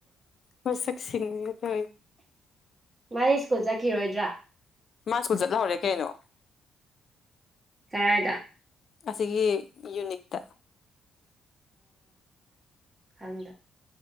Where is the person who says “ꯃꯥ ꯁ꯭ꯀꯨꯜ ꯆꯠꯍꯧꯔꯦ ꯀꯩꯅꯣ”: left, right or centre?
Left